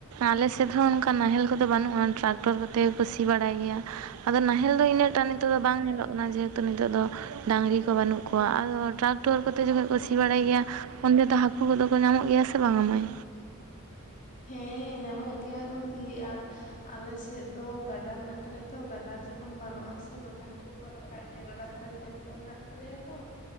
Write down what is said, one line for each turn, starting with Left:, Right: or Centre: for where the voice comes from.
Right: ᱟᱞᱮ ᱥᱮᱫ ᱦᱚᱸ ᱚᱱᱠᱟ ᱱᱟᱦᱮᱞ ᱠᱚ ᱫᱚ ᱵᱟᱹᱱᱩᱜᱼᱟ ᱴᱨᱟᱠᱴᱚᱨ ᱠᱚᱛᱮ ᱜᱮ ᱥᱤ ᱵᱟᱲᱟᱭ ᱜᱮᱭᱟ ᱟᱫᱚ ᱱᱟᱦᱮᱞ
Left: ᱦᱳᱭ
Right: ᱫᱚ ᱤᱱᱟᱹᱜᱴᱟᱜ
Left: ᱦᱳᱭ
Right: ᱱᱤᱛᱳᱜ ᱫᱚ ᱵᱟᱝ ᱧᱮᱞᱚᱜ ᱠᱟᱱᱟ ᱡᱮᱦᱮᱛᱩ ᱱᱤᱛᱳᱜ ᱫᱚ ᱰᱟᱹᱝᱨᱤ ᱠᱚ ᱵᱟᱹᱱᱩᱜᱼᱼ ᱠᱚᱣᱟ ᱟᱫᱚ ᱴᱨᱟᱠᱴᱟᱨ ᱠᱚᱛᱮ ᱡᱚᱠᱷᱚᱱ ᱠᱚ ᱥᱤ
Left: ᱦᱳᱭ
Right: ᱵᱟᱲᱟᱭ
Left: ᱦᱳᱭ
Right: ᱜᱮᱭᱟ ᱩᱱᱚᱱ ᱫᱚ ᱦᱟᱹᱠᱩ ᱠᱚᱫᱚ ᱠᱚ ᱧᱟᱢᱚᱜ ᱜᱮᱭᱟ ᱥᱮ ᱵᱟᱝ ᱟ ᱢᱟᱹᱭᱼᱼ
Left: ᱦᱮᱸ ᱧᱟᱢᱚᱜ ᱜᱮᱭᱟ ᱠᱚ ᱫᱤ ᱟᱨᱼᱼ ᱟᱞᱮ ᱥᱮᱫ ᱫᱚ ᱜᱟᱰᱟ ᱢᱮᱱᱟᱜ ᱛᱟᱞᱮᱭᱟ ᱛᱚ ᱜᱟᱰᱟ ᱡᱚᱠᱷᱚᱱ ᱵᱟᱹᱱᱩᱜ ᱟ ᱥᱮ ᱫᱚᱢᱮ ᱦᱟᱹᱠᱩᱼᱼ ᱠᱚ ᱨᱟᱠᱟᱵ ᱜᱮᱭᱟ ᱜᱟᱰᱟ ᱫᱷᱟᱨᱮ ᱠᱷᱮᱛ ᱠᱚ ᱢᱮᱱᱟᱜ ᱛᱟᱞᱮᱭᱟ ᱛᱚᱼᱼ